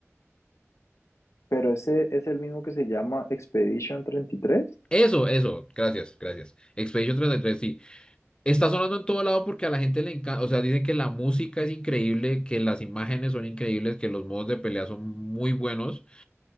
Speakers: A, on the left; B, on the left.
A: Pero ese es el mismo que se llama Expedition treinta y tres
B: Eso, eso, gracias, gracias. Expedition treinta y tres sí. Está sonando en todo lado porque a la gente le encanta, o sea, dicen que la música es increíble, que las imágenes son increíbles, que los modos de pelea son muy buenos.